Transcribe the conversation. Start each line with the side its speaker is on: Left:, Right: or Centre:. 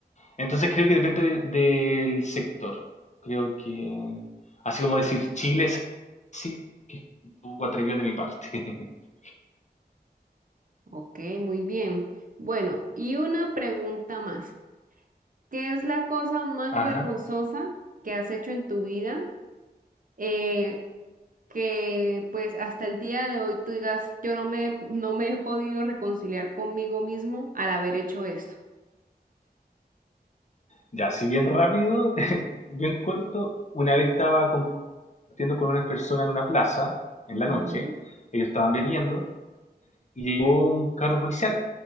Left: Entonces creo que depende de- del sector. Creo que, así como decir Chile es así, que es un poco atrevido de mi parte. <laughs>
Right: Ok, muy bien. Bueno, y una pregunta más. ¿Qué es la cosa más
Left: Ajá.
Right: vergonzosa que has hecho en tu vida? Eh, que pues hasta el día de hoy tú digas, yo no me, no me he podido reconciliar conmigo mismo al haber hecho esto.
Left: Ya, así bien rápido, <laughs> bien corto. Una vez estaba compartiendo con unas personas en una plaza, en la
Right: Ujú.
Left: noche. Ellos estaban bebiendo y llegó un carro policial